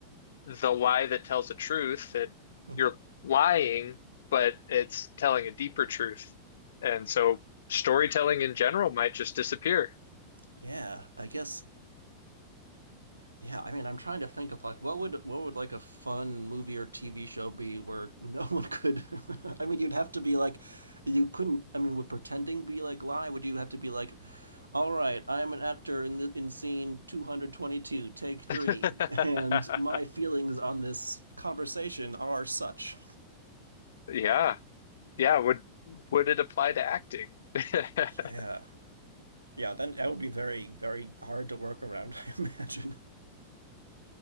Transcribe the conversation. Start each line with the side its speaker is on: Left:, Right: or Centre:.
Left: the lie that tells the truth that
Right: Mhm.
Left: you're lying, but it's telling a deeper truth, and so storytelling in general might just disappear.
Right: yeah, I guess yeah, I mean, I'm trying to think of like what would what would like a fun movie or TV show be where no one could. <laughs> I mean, you'd have to be like, you couldn't. I mean, would pretending be like lie? Would you have to be like, all right, I'm an actor in the, in scene 222, take three,
Left: <laughs>
Right: and my feelings on this conversation are such.
Left: Yeah, yeah. Would would it apply to acting? <laughs>
Right: Yeah, yeah. Then that would be very very hard to work around, <laughs> I imagine.